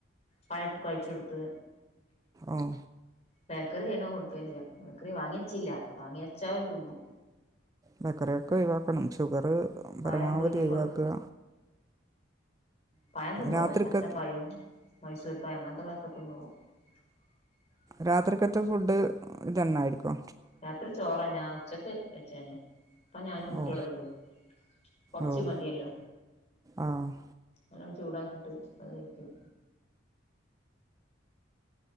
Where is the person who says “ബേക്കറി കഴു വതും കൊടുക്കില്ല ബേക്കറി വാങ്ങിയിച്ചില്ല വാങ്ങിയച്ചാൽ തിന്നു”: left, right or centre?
Left